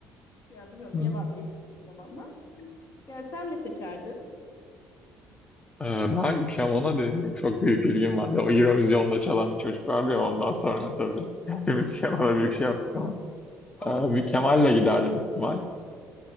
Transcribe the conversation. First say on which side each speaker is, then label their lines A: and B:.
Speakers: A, on the left; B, on the left.
A: Yani bilmiyorum
B: Hı.
A: niye vazgeçtim o zamanlar. Yani sen ne seçerdin?
B: Ee, ben piyanona dedim çok büyük ilgim vardı. O Eurovision'da çalan bir çocuk vardı ya ondan sonra tabii. Hepimiz <laughs> kemana büyük şey yaptık ama.
A: Ama
B: Ee,
A: keman
B: bir Kemal'le giderdim büyük ihtimal.